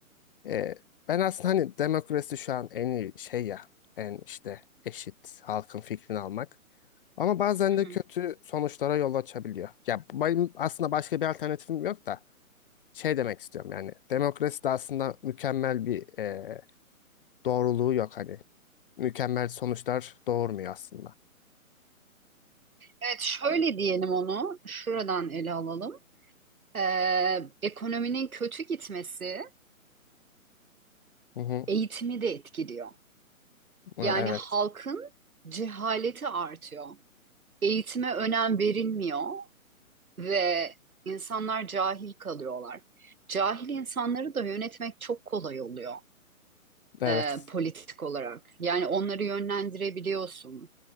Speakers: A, on the left; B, on the right.
A: Ee, ben aslında hani demokrasi şu an en iyi şey ya, en işte eşit halkın fikrini almak. Ama bazen
B: Hı hı.
A: de kötü sonuçlara yol açabiliyor. Ya benim aslında başka bir alternatifim yok da şey demek istiyorum yani demokrasi de aslında mükemmel bir e, doğruluğu yok hani mükemmel sonuçlar doğurmuyor aslında.
B: Evet, şöyle diyelim onu, şuradan ele alalım. Ee, ekonominin kötü gitmesi
A: Hı hı.
B: eğitimi de etkiliyor.
A: Hı,
B: Yani
A: Evet.
B: halkın cehaleti artıyor. Eğitime önem verilmiyor. ve insanlar cahil kalıyorlar. Cahil insanları da yönetmek çok kolay oluyor
A: Evet.
B: e, politik olarak. Yani onları yönlendirebiliyorsun.